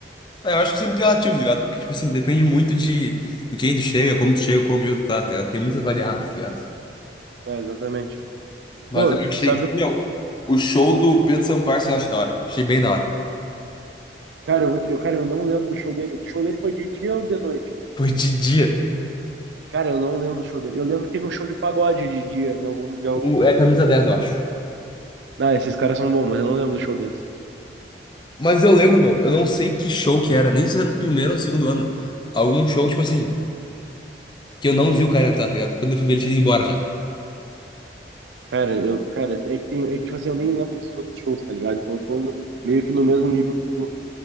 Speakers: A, on the left; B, on the right.
A: É, eu acho que isso é muito relativo, tá ligado? Porque, tipo assim, depende muito de em quem tu chega, como tu chega, como tu tá, tá ligado? Tem muitas variáveis, tá ligado?
B: É, exatamente.
A: Mas
B: Pô,
A: eu achei
B: sabe
A: que, meu, o show do Pedro Sampaio eu achei da hora. Achei bem da hora.
B: Cara, eu, vou te- eu- cara, eu não lembro do show dele. O show dele foi de dia ou de noite?
A: Foi de dia.
B: Cara, eu não lembro do show dele. Eu lembro que teve um show de pagode de dia, em algum, em algum
A: O-
B: dos
A: É a
B: dias.
A: camisa 10 eu acho.
B: Ah, esses caras são bons, mas eu não lembro do show deles.
A: Mas eu lembro, meu, eu não sei que show que era, nem se era no primeiro ou no segundo ano. Algum show, tipo assim, que eu não vi o cara entrar, tá ligado? Quando eu fui ver ele tinha ido embora já.
B: Cara, eu, cara, é que tem, é que, tipo assim, eu nem lembro dos outros shows, tá ligado? Então eu tô no- meio que no mesmo nível que tu.